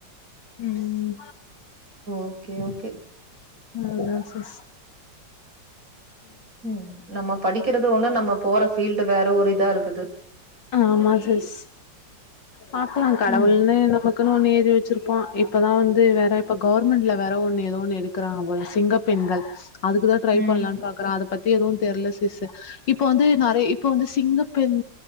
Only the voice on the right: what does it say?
ஓகே ஓகே
ம் நம்ம படிக்கிறது ஒண்ணு நம்ம போற ஃபீல்டு வேற ஒரு இதா இருக்குது
ம்
ம்